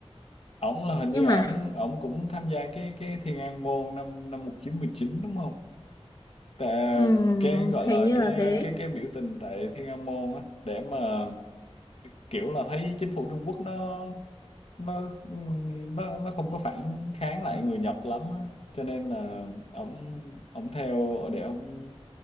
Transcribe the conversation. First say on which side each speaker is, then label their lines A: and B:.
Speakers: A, on the left; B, on the left.
A: ổng là hình
B: nhưng
A: như là
B: mà
A: ổng ổng cũng tham gia cái cái Thiên An môn năm năm một nghìn chín trăm mười chín đúng không? Tại
B: ừm,
A: cái gọi
B: hình
A: là
B: như là
A: cái
B: thế
A: cái cái biểu tình tại Thiên An môn á để mà kiểu là thấy chính phủ Trung Quốc nó nó nó nó không có phản kháng lại người Nhật lắm á, cho nên là ổng ổng theo để ổng